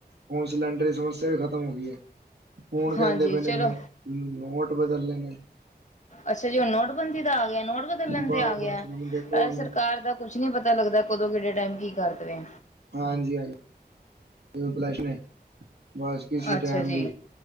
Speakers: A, on the right; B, on the left.
A: ਹੁਨ ਸਿਲੰਡਰ ਦੀ ਸਮੱਸਿਆ ਈ ਖਤਮ ਹੋ ਗੀ ਐ। ਹੁਨ ਕੈਂਦੇ
B: ਹਾਂਜੀ
A: ਪਏ
B: ਚਲੋ
A: ਨੇ ਨੋ ਨੋਟ ਬਦਲਨੇ ਨੇ।
B: ਅੱਛਾ ਜੀ ਹੁਨ ਨੋਟਬੰਦੀ ਦਾ ਆ ਗਿਆ, ਨੋਟ ਬਦਲਣ
A: ਬਸ
B: ਤੇ ਆ ਗਿਆ,
A: ਬਸ
B: ਅ
A: ਹੁਣ ਦੇਖੋ
B: ਸਰਕਾਰ ਦਾ ਕੁੱਛ ਨੀ ਪਤਾ ਲੱਗਦਾ, ਕਦੋਂ ਕੇੜੇ ਟੈਮ ਕੀ ਕਰ ਦਵੇ।
A: ਹਾਂਜੀ-ਹਾਂਜੀ, ਜਿਵੇਂ <unintelligible> ਨੇ ਬਸ ਕਿਸੀ
B: ਅੱਛਾ
A: ਟੈਮ
B: ਜੀ
A: ਵੀ।